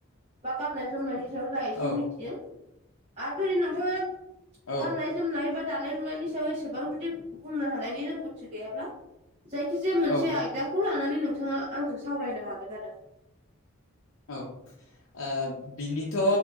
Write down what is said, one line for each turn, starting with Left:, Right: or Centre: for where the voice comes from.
Right: बा गाननाय जोमनायनि सायाव जा एसेन
Left: औ
Right: मिथियो आरो जुदि नोंथाङा
Left: औ
Right: गाननाय जोमनाय बा दानाय लुनायनि सायाव एसेबां जुदि बुंनो हानायनि रोंगौथि गैयाब्ला जखिजाया मोनसे
Left: औ
Right: आयदाखौ लानानै नोंथाङा आंजों सावरायनो हागोन आरो
Left: औ बिनिथ'